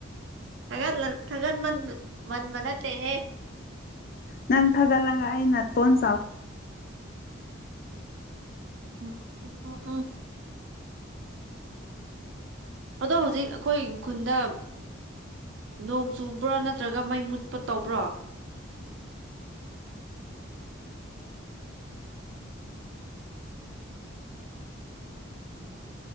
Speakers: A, on the right (about 70°); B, on the left (about 50°).
A: ꯊꯒꯠꯂ ꯊꯒꯠ ꯃꯟ ꯃꯟꯕ ꯅꯠꯇꯦꯍꯦ
B: ꯅꯪ ꯊꯒꯠꯂꯒꯥ ꯑꯩ ꯅꯥꯇꯣꯟ ꯆꯥꯎ
A: ꯎꯝ ꯎꯝ ꯎꯝ ꯑꯗꯣ ꯍꯧꯖꯤꯛ ꯑꯩꯈꯣꯏ ꯈꯨꯟꯗ ꯅꯣꯡ ꯆꯨꯕ꯭ꯔꯣ ꯅꯠꯇ꯭ꯔꯒ ꯃꯩ ꯃꯨꯠꯄ ꯇꯧꯕ꯭ꯔꯣ